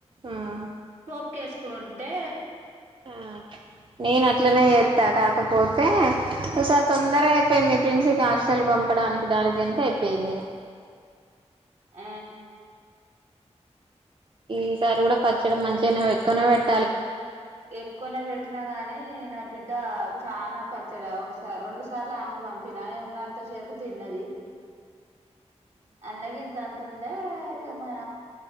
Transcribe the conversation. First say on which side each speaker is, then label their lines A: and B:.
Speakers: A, on the right (about 45°); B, on the right (about 80°).
A: ఆ
B: పోప్ కేేస్కుంటే
A: ఆ నేనట్లనే చెత్తా కాకపోతే ఇసారి తొందరగ్ అయిపోయింది ప్రిన్సికి హాస్టల్ వంపడానికి దానికి దీనికి కయిపోయింది ఇగ
B: ఆ
A: ఈసారి గుడా పచ్చడ మంచిగానే ఎక్కువనే పెట్
B: ఎక్కువనే పెట్టినా గానీ నా బిడ్డ చానా పచ్చడా ఒకసార్ రొండు సార్ల ఆమకు పంపిన ఉన్నంతసేపు తిన్నది అల్ల గింతంత ఉండే ఇ గ మ